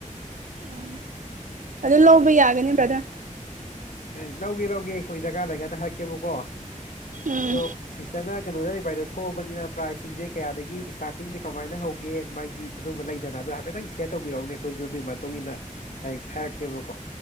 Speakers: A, on the right; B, on the left.
A: ꯑꯝ ꯑꯗꯨ ꯂꯧꯕ ꯌꯥꯒꯅꯤ ꯕꯗ꯭ꫪ
B: ꯑꯦ ꯂꯧꯒꯦ ꯂꯧꯒꯦ ꯑꯩꯈꯣꯏ ꯗꫪꯄꫪ ꯂꯩꫪꯀꯥꯜꯗ ꯍꯥꯏꯔꯛꯀꯦꯕꯀꯣ
A: ꯎꯝ
B: ꯑꯗꯣ ꯁꯤꯁꯇꯔꯅ ꯀꯩꯅꯣꯗ ꯂꯩꯕ ꯊꯣꯛꯑꯕꯅꯤꯅ ꯄ꯭ꯔꯥꯏꯁꯤꯡꯁꯦ ꯀꯌꯥꯗꯒꯤ ꯏꯁꯇꯥꯔꯇꯤꯡꯁꯦ ꯀꯃꯥꯏꯅ ꯍꯧꯒꯦ ꯃꯥꯒꯤ ꯑꯗꯨꯝꯕ ꯂꯩꯗꯅ ꯑꯗꯥꯅ ꯍꯥꯏꯐꯦꯠꯇꯪ ꯁꯤꯦꯌꯔ ꯇꯧꯕꯤꯔꯛꯎꯅꯦ ꯑꯩꯈꯣꯏꯁꯨ ꯑꯗꯨꯒꯤ ꯃꯇꯨꯡ ꯏꯟꯅ ꯍꯛ ꯍꯥꯏꯔꯛꯀꯦꯕꯀꯣ